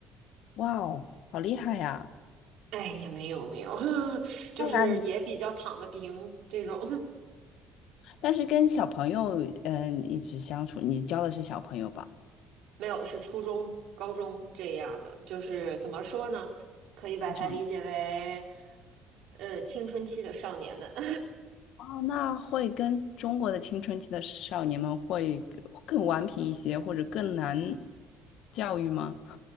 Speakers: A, on the left; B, on the right.
A: 哇哦，好厉害呀！
B: 哎，也没有没有，<laughs> 就是也比较躺得平这种，
A: 在哪里？但是跟小朋友，嗯、一直相处，你教的是小朋友吧？
B: <laughs> 没有是初中、高中这样的，就是怎么说呢？可以把它理解为，
A: 青少年。
B: 呃，青春期的少年们。<laughs>
A: 哦，那会跟中国的青春期的少年们会更更顽皮一些，或者更难教育吗？